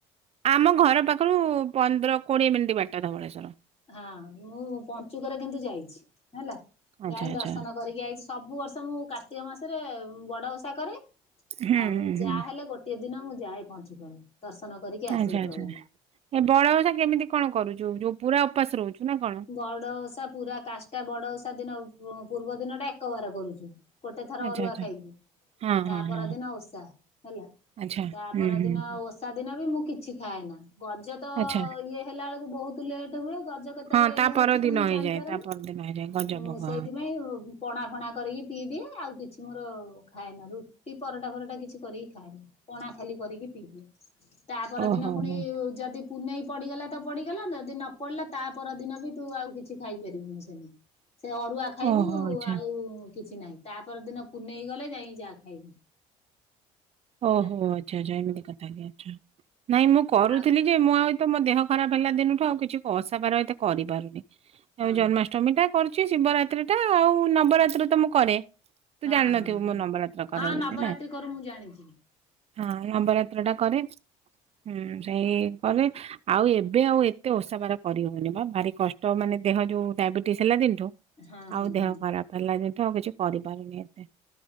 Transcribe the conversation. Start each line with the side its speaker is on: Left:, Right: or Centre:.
Right: ଆମ ଘର ପାଖରୁ ପନ୍ଦର କୋଡ଼ିଏ ମିନିଟ୍ ବାଟ ଧବଳେଶ୍ୱର।
Left: ହଁ ମୁଁ ପଞ୍ଚୁକରେ କିନ୍ତୁ ଯାଇଛି ହେଲା
Right: ଆଚ୍ଛା
Left: ଯାଇ
Right: ଆଚ୍ଛା
Left: ଦର୍ଶନ କରିକି ଆଇଛି ସବୁ ବର୍ଷ ମୁଁ କାର୍ତ୍ତିକ ମାସରେ ବଡ଼ ଓଷା କରେ।
Right: ହୁଁ
Left: ଆଉ
Right: ହୁଁ
Left: ଯାହା
Right: ହୁଁ
Left: ହେଲେ ଗୋଟିଏ ଦିନ ମୁଁ ଯାଏ ପହଞ୍ଚୁ କରେ ଦର୍ଶନ କରିକି ଆସେ
Right: ଆଚ୍ଛା
Left: ପ୍ରଭୁଙ୍କୁ।
Right: ଆଚ୍ଛା ଏ ବଡ଼ ଓଷା କେମିତି କଣ କରୁଛୁ ଯୋଉ ପୁରା ଉପାସ ରହୁଛୁ ନା କଣ?
Left: ବଡ ଓଷା ପୁରା କାଶଟା ବଡ ଓଷା ଦିନ ପୂର୍ବ ଦିନ ଟା ଏକ ବାର କରୁଛୁ। ଗୋଟେ ଥର
Right: ଆଚ୍ଛା
Left: ଅରୁଆ
Right: ଆଚ୍ଛା
Left: ଖାଇକି।
Right: ହଁ
Left: ତା
Right: ହଁ
Left: ପରଦିନ
Right: ହଁ
Left: ଓଷା ହେଲା
Right: ଆଚ୍ଛା
Left: ତା
Right: ହୁଁ
Left: ପର
Right: ହୁଁ
Left: ଦିନ
Right: ହୁଁ
Left: ଆଉ ଓ ସାଦିନ ବି ମୁଁ କିଛି ଖାଏ ନା ଗଜ ତ
Right: ଆଚ୍ଛା
Left: ଇଏ ହେଲା ବଳକୁ ବହୁତ ଲେଟ୍ ହୁଏ। ଗଜ କେତେବେଳେ
Right: ହଁ ତା
Left: ଇଏ ହୋଉଛି
Right: ପରଦିନ
Left: ତ ମୁଁ
Right: ହେଇଯାଏ
Left: ଜାଣିପାରୁନି
Right: ତା ପରଦିନ ହେଇଯାଏ ଗଜଭୋଗ
Left: ମୁଁ ସେଇଥିପାଇଁ
Right: ହଁ।
Left: ହୋଉ ପଣା ଫଣା କରିକି ପିଇ ଦିଏ ଆଉ କିଛି ମୋର ଖାଏନା ରୁଟି ପରଟା ଫରଟା କିଛି କରିକି ଖାଏନା। ପଣା ଖାଲି କରିକି ପିଇଦିଏ। ତା ପରଦିନ
Right: ଓହୋ
Left: ପୁଣି
Right: ହୋ
Left: ଯଦି ପୁନେଇ ପଡିଗଲା ତ ପଡିଗଲା ଯଦି ନ ପଡିଲା ତା ପର ଦିନ ବି ତୁ ଆଉ କିଛି ଖାଇ ପାରିବୁନୁ ସେମି ସେ ଅରୁଆ ଖାଇବୁ
Right: ଓହୋ ଆଚ୍ଛା
Left: ଆଉ କିଛି ନାହିଁ ତା ପରଦିନ ପୁନେଇ ଗଲେ ଯାଇକି ଯାହା ଖାଇବୁ। ହେଲା
Right: ଓହୋ ଆଚ୍ଛା ଆଚ୍ଛା ଏମିତି କଥା କି ଆଛା ନାଇଁ ମୁଁ କରୁଥିଲି
Left: ଆଉ
Right: ଯେ ମୁଁ ଆଉ ତମ ଦେହ ଖରାପ ହେଲା ଦିନଠୁ ଆଉ କିଛି ଓସାବାର ଏତେ କିଛି କରିପାରୁନି ଆଉ
Left: ହଁ
Right: ଜନ୍ମାଷ୍ଟମୀ। ଅଷ୍ଟମୀ ଟା କରୁଛି ଶିବରାତ୍ରିଟା ଆଉ ନବରାତ୍ରି ତ ମୁଁ କରେ। ତୁ
Left: ହଁ
Right: ଜାଣିନଥିବୁ
Left: ହଁ ହଁ
Right: ମୁଁ ନବରାତ୍ର କରେ
Left: ହଁ
Right: ବୋଲି
Left: ନବରାତ୍ରି
Right: ନା?
Left: କରୁ ମୁଁ ଜାଣିଚି।
Right: ହଁ ନବରାତ୍ର ଟା କରେ ହୁଁ ସେଇ କରେ ଆଉ ଏବେ ଆଉ ଏ ଏତେ ଓଷା ବାର କରିହଉନି ବା ଭାରି କଷ୍ଟ ମାନେ ଦେହ ଯେଉଁ ଡାଇବେଟିସ୍ ହେଲା ଦିନଠୁ
Left: ହଁ ହଁ
Right: ଆଉ ଦେହ
Left: ହଁ
Right: ଖରାପ ହେଲା ଯେଠୁ ଆଉ କିଛି କରିପାରୁନି ଏତେ।